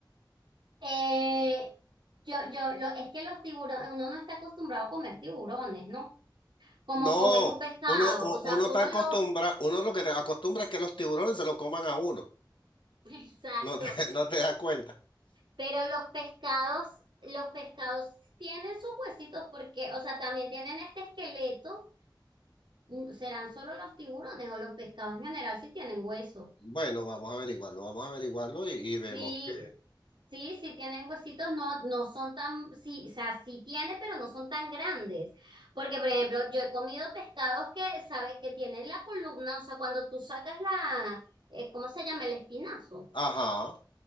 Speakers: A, on the right; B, on the left.
A: eh, yo, yo, lo, es que los tiburones, uno no está acostumbrado a comer tiburones, ¿no? Como
B: No,
A: comes un pescado,
B: uno, u-
A: o sea,
B: uno
A: uno
B: está acostumbrado,
A: lo,
B: uno lo que te acostumbra es que los tiburones se lo coman a uno.
A: <laughs> exacto,
B: No te, <laughs> no te das cuenta.
A: pero los pescados, los pescados tienen sus huesitos porque, o sea, también tienen este esqueleto, mm, ¿serán solo los tiburones o los pescados en general si tienen huesos?
B: Bueno, vamos a averiguarlo, vamos a averiguarlo y,
A: Sí,
B: y vemos que,
A: sí, sí tienen huesitos, no, no son tan, sí, o sea, sí tiene, pero no son tan grandes. Porque, por ejemplo, yo he comido pescados que, ¿sabes? Que tienen la columna, o sea, cuando tú sacas la, eh, ¿cómo se llama? El espinazo.
B: ajá,